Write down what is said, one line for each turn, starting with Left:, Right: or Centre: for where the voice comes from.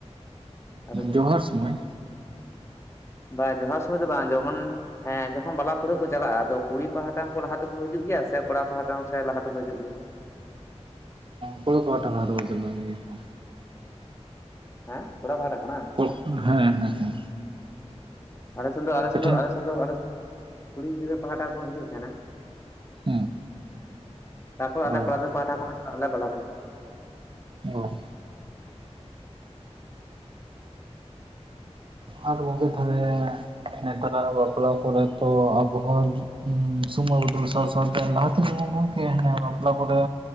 Left: ᱟᱯᱮ ᱥᱮᱫ
Right: ᱡᱚᱦᱟᱨ
Left: ᱫᱚ
Right: ᱥᱩᱢᱚᱭ
Left: ᱵᱟ ᱡᱚᱦᱟᱨ ᱥᱩᱚᱢᱚᱭ ᱫᱚ ᱵᱟᱝ ᱡᱮᱢᱚᱱ ᱦᱮᱸ ᱡᱚᱠᱷᱚᱱ ᱵᱟᱞᱟ ᱯᱟᱹᱬᱦᱟᱜᱹ ᱠᱚ ᱪᱟᱞᱟᱜ-ᱟ ᱟᱫᱚ ᱠᱩᱲᱤ ᱯᱟᱦᱴᱟ ᱦᱚᱸ ᱠᱚ ᱞᱟᱦᱟ ᱛᱮᱠᱚ ᱦᱤᱡᱩᱜ ᱜᱮᱭᱟ ᱥᱮ ᱠᱚᱲᱟ ᱯᱟᱦᱴᱟ ᱦᱚᱸ ᱥᱮ ᱞᱟᱦᱟ ᱛᱮᱠᱩ ᱦᱤᱡᱩᱜ ᱜᱮᱭᱟ?
Right: ᱠᱚᱲᱟ ᱯᱟᱦᱴᱟ ᱦᱚᱸ ᱟᱫᱚ ᱠᱚ ᱪᱟᱞᱟᱜ ᱜᱮᱭᱟ ᱠᱚ᱾
Left: ᱦᱮᱸ ᱠᱚᱲᱟ ᱯᱟᱦᱴᱟ ᱠᱷᱚᱱᱟᱝ?
Right: ᱠᱚ, ᱦᱮᱸ ᱦᱮᱸ ᱦᱮᱸ᱾
Left: ᱟᱞᱮ ᱥᱮᱱ ᱫᱚ ᱟᱞᱮ
Right: ᱟᱯᱮ
Left: ᱥᱮᱱ
Right: ᱴᱷᱮᱱ
Left: ᱫᱚ ᱟᱞᱮ ᱥᱮᱱ ᱫᱚ ᱟᱞᱮ ᱥᱮᱫ ᱠᱩᱲᱤ ᱜᱤᱫᱽᱨᱟᱹ ᱯᱟᱦᱴᱟ ᱠᱚ ᱦᱤᱡᱩᱜ ᱛᱮᱦᱮᱸᱱᱟ᱾
Right: ᱦᱮᱸ
Left: ᱛᱟᱨᱯᱚᱨᱮ ᱟᱞᱮ
Right: ᱚ
Left: ᱠᱚᱲᱟ ᱜᱤᱫᱽᱨᱟᱹ ᱯᱟᱦᱴᱟ ᱠᱷᱚᱱᱟᱜ ᱪᱟᱞᱟᱜ ᱞᱮ ᱵᱟᱞᱟ ᱯᱟᱹᱲᱼᱼ
Right: ᱚ ᱟᱫᱚ ᱜᱚᱝᱠᱮ ᱛᱟᱦᱚᱞᱮ? ᱱᱮᱛᱟᱨᱟᱜ ᱵᱟᱯᱞᱟ ᱠᱚᱨᱮ ᱛᱚ ᱟᱵᱚ ᱦᱚᱸ ᱡᱚ ᱩᱸ ᱵᱚᱱ ᱥᱚᱢᱟᱹᱭ ᱵᱚᱫᱚᱞ ᱥᱟᱶ ᱥᱟᱶᱛᱮ ᱞᱟᱦᱟ ᱛᱮᱱ ᱩᱝᱠᱩ ᱮᱸ ᱦᱟᱱᱮ ᱵᱟᱯᱞᱟ ᱠᱚᱨᱮ